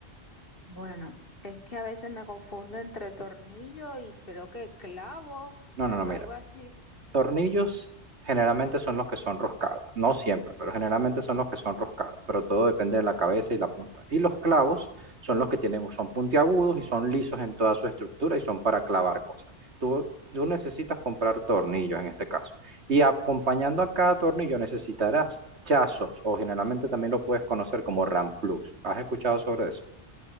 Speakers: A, on the left (about 55°); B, on the right (about 70°).
A: Bueno, es que a veces me confundo entre tornillo y creo que clavo,
B: No, no, no, mira.
A: algo así.
B: Tornillos generalmente son los que son roscados. No siempre, pero generalmente son los que son roscados. Pero todo depende de la cabeza y la punta. Y los clavos son los que tienen, son puntiagudos y son lisos en toda su estructura y son para clavar cosas. Tú, tú necesitas comprar tornillos en este caso. Y acompañando a cada tornillo necesitarás chazos o generalmente también lo puedes conocer como ramplus. ¿Has escuchado sobre eso?